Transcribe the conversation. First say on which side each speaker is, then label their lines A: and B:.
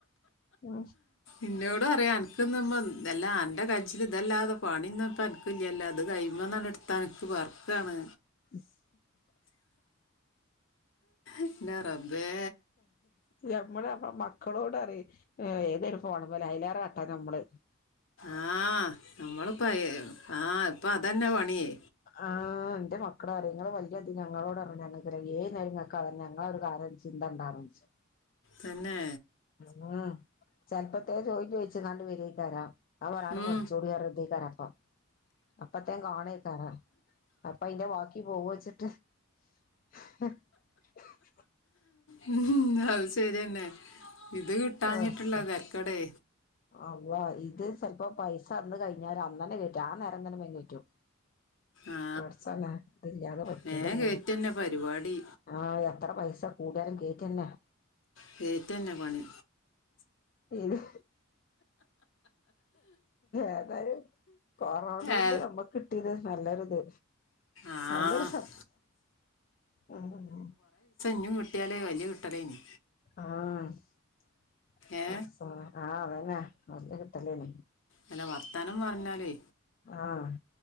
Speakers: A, on the left; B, on the left.
A: ആ
B: ഇന്നോട് പറയും അനക്കിന്ന് എല്ലാ അന്റ കയിച്ചിൽ ഇതല്ലാതെ പണിന്നൊന്നും അനക്ക് ഇല്ലല്ലോ ഇത് കയ്മ <unintelligible> എടുത്താ അനക്ക് വെറക്കാണ്.
A: <unintelligible>
B: എൻ്റെ റബ്ബേ
A: നമ്മ നമ്മള മക്കളോട് പറയെ ഏ ഏതൊരു ഫോണ് മ്മല് അയിലേറെ കട്ടാ നമ്മള്
B: ആഹ് നമ്മളിപ്പ ആഹ് ഇപ്പ അതന്നെ പണിയേ
A: ആഹ് എന്റെ മക്കളും പറയും വലിയ ഇത് ഞങ്ങളോട് പറഞ്ഞ് ഏത് നേരംങ്ങൾക്കതന്നേ ചിന്ത ഉണ്ടാവിച്ചു
B: തന്നെ
A: ഉം ചെലപ്പോത്തെ ചോദിച്ചങ്ങാണ്ട് വരായിക്കാരം <unintelligible>
B: ഉം.
A: അപ്പ അയിന്റെ ബാക്കി പോവോ വച്ചിട്ട് <unintelligible>
B: ഉം അത് ശരിയന്നെ ഇത് കിട്ടാഞ്ഞിട്ടുള്ള
A: പടച്ചോൻ
B: തെരക്കേടെ
A: അള്ളാ ഇത് ചെല്പപോ പൈസ അന്ന് കയി ഞ അന്നന്നെ കേറ്റു ആഹ് നേരന്നവേം കേറ്റും
B: ആ
A: പടച്ചോനെ ഇതില്ലാതെ പറ്റൂലന്നേ
B: മേ കയറ്റന്നെ പരിപാടി
A: ആഹ് എത്ര പൈസ കൂടിയാലും കേറ്റന്നെ
B: കേറ്റന്നെ പണി
A: ഇത് ഏതായാലും കൊറോണോണ്ട്
B: ഏ,
A: നമ്മക്ക് കിട്ടി ത് നല്ലൊരുത്
B: ആ
A: നല്ലൊരു <unintelligible>
B: ഞ്ഞും കിട്ടിയാലേ വലിയ കിട്ടലേന്
A: ആഹ് <unintelligible>
B: ഏ
A: ആഹ് അതന്നെ വല്യ കിട്ടലേനി
B: അല്ല വർത്താനം പറഞ്ഞാലേ
A: ആഹ്